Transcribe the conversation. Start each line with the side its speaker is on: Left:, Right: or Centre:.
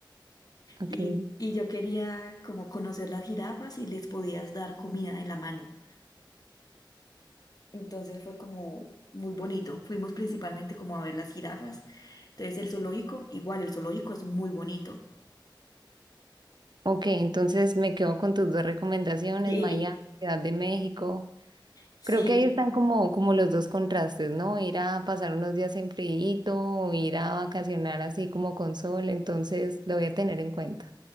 Right: Ok.
Left: Y, y yo quería como conocer las jirafas y les podías dar comida en la mano. Entonces fue como muy bonito. Fuimos principalmente como a ver las jirafas. Entonces el zoológico, igual el zoológico es muy bonito.
Right: Ok, entonces me quedo con tus dos recomendaciones,
Left: Sí.
Right: Miami, Ciudad de México.
Left: Sí,
Right: Creo que ahí están como, como los dos contrastes, ¿no? Ir a pasar unos días en friito, o ir a vacacionar así como con sol, entonces lo voy a tener en cuenta.